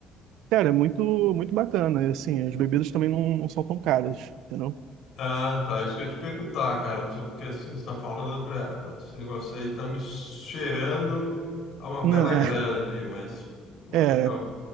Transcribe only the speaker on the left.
Ah, tá. Isso que eu ia te perguntar, cara. Isso- Porque assim, você está falando, eu falei, ah, meu, esse negócio aí tá me cheirando a uma
bela
grana ali, mas, pô,
legal.